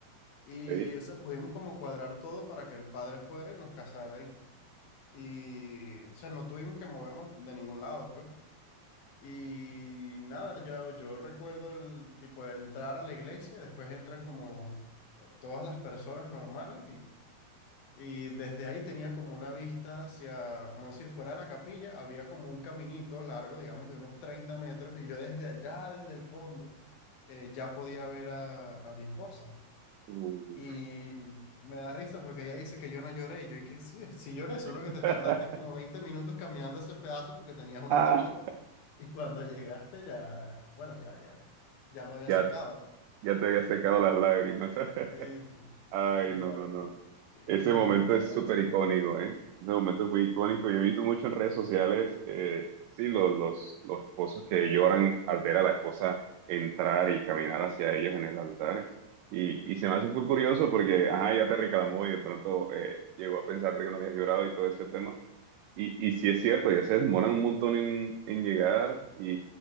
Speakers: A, on the left (about 75°); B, on the right (about 85°).
A: Y
B: ¿ok?
A: o sea, pudimos como cuadrar todo para que el padre fuera y nos casara ahí. Y o sea, no tuvimos que movernos de ningún lado, pues. Y nada, yo, yo recuerdo el tipo de entrar a la iglesia, después entran como todas las personas normales y, y desde ahí tenía como una vista hacia, como decir, fuera de la capilla, había como un caminito largo, digamos, de unos 30 metros y yo desde allá, desde el fondo, eh, ya podía ver a, a mi esposa.
B: Uh.
A: Y me da risa porque ella dice que yo no lloré y yo y que sí, sí lloré, solo
B: <laughs>
A: que te tardaste como 20 minutos caminando ese pedazo porque tenías unos
B: Ah.
A: tacones. Y cuando llegaste ya, bueno, ya, ya, ya me había
B: Ya,
A: secado.
B: ya te había secado las lágrimas. <laughs>
A: Sí, sí.
B: Ay,
A: Igual,
B: no, no, no.
A: increíble,
B: Ese momento
A: muy
B: es
A: buenísimo.
B: súper icónico, ¿eh? Ese momento es muy icónico.
A: Sí,
B: Yo he visto mucho en redes sociales, eh, sí, los, los, los esposos que lloran al ver a la esposa entrar y caminar hacia ellos en el altar. Y, y se me hace muy curioso porque, ajá, ya te reclamó y de pronto eh, llegó a pensarte que no habías llorado y todo ese tema. Y, y sí es cierto, ya se demoran un montón en, en llegar y,